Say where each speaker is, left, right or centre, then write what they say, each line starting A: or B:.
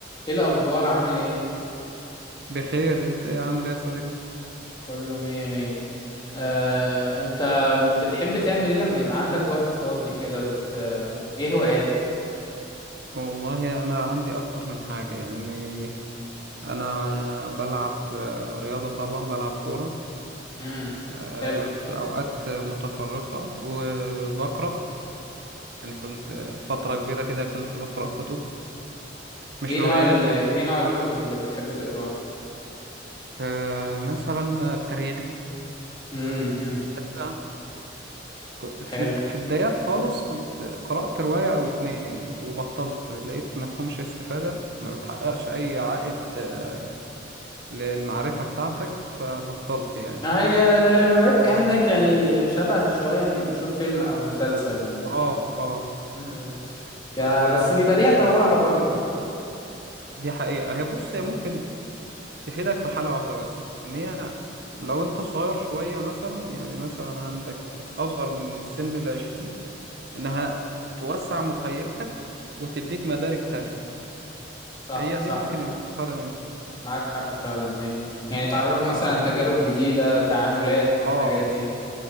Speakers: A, on the left (about 25°); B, on the right (about 60°).
A: ايه الاخبار عامل ايه
B: بخير انت ايه عامل ايه يا صديقي
A: كله مية مية آه، انت بتحب تعمل ايه لما يبقى عندك وقت فاضي كده بت... آه، ايه هواياتك
B: والله انا عندي اكتر من حاجه يعني انا بلعب آه، رياضه طبعا بلعب كوره
A: امم
B: آه،
A: حلو
B: في اوقات متفرقه وبقرا يعني كنت فتره كبيره كده كنت بقرا كتب مش
A: ايه نوع
B: روايات
A: ال... ايه نوع الكتب اللي بتحب تقراها
B: آه، مثلا التاريخ
A: امم امم
B: السياسه ك-
A: حلو
B: في بد- في البدايات خالص كنت قرأت رواية أو اتنين وبطلت لقيت مفهومش استفادة ما بتحققش أي عائد آه، للمعرفة بتاعتك فبطلت يعني
A: ما هي الروايات كأنك
B: اه
A: يعني شبه شوية انك بتشوف فيلم او مسلسل يعني
B: اه اه
A: امم ك...
B: ودي
A: بس بيبقى ليها جواها برضو
B: حقيقة هي بص هي ممكن تفيدك في حالة واحدة بس ان هي لو انت صغير شوية مثلا يعني مثلا عندك اصغر من سن العشرين انها
A: اه
B: توسع مخيلتك وتديك مدارك تانية
A: صح
B: هي
A: صح
B: دي ممكن الاستفادة منها
A: معاك حق فعلا ايوه يعني تعرفك مثلا
B: اه
A: تجارب جديدة تعاملات
B: اه
A: الحاجات دي